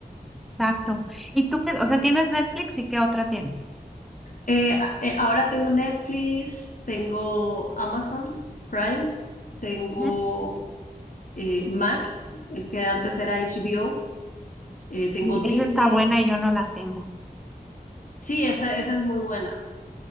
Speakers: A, in the centre; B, on the left.
A: Exacto. ¿Y tú qué? O sea, ¿tienes Netflix y qué otra tienes?
B: Eh, a- eh, ahora tengo Netflix, tengo Amazon Prime, tengo
A: Ujú.
B: eh, Max, el que antes era HBO, eh, tengo
A: Y
B: Disney.
A: esa está buena y yo no la tengo.
B: Sí, esa, esa es muy buena.